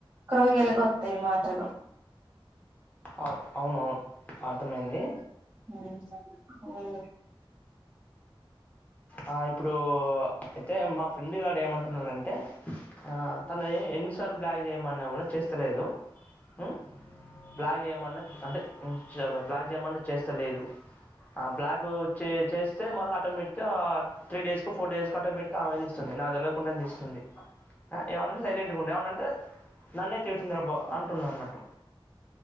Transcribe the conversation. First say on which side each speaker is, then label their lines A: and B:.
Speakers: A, on the right; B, on the left.
A: క్రూయల్‌గా వత్తయి మాటలు.
B: కో అవును అర్థమైందీ
A: ఉ ఉమ్
B: ఆ, ఇప్పుడు అయితే మా ఫ్రెండ్ గాడు ఏమంటున్నాడంటే, అ తనే ఎన్నిసార్లు బ్లాక్ చేయమన్నా కూడా చేస్తలేదు మ్ బ్లాక్ చేయమన్నా అంటే బ్లాక్ చేయమన్నా చేస్తలేదు ఆ బ్లాక్ చే చేస్తే మళ్ళ ఆటోమేటిక్ త్రీ డేస్ కో ఫోర్ డేస్ కో ఆటోమేటిక్ గా ఆమె దీస్తుంది నాకు దెలవదు ఉండన్ దిస్తుంది అ ఏమన్నంటే సైలెంట్ గా ఉండు ఏమన్నంటే నన్నే తిడుతుందిర బా అంటున్నాదన్నట్టు